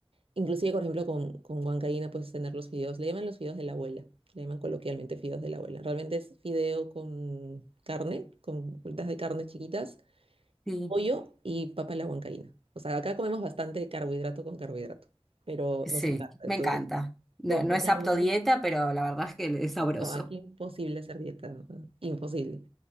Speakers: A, on the right; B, in the centre.
A: inclusive, por ejemplo, con, con huancaína puedes tener los fideos. Le llaman los fideos de la abuela. Le llaman coloquialmente fideos de la abuela. Realmente es fideo con carne, con bolitas de carne chiquitas
B: Sí,
A: pollo y papa a la huancaína. O sea, acá comemos bastante carbohidrato con carbohidrato, pero
B: sí,
A: nos encanta. Entonces,
B: me encanta. No,
A: compramos.
B: no es apto dieta, pero la verdad es que es sabroso.
A: No, aquí imposible hacer dieta, ¿no? imposible.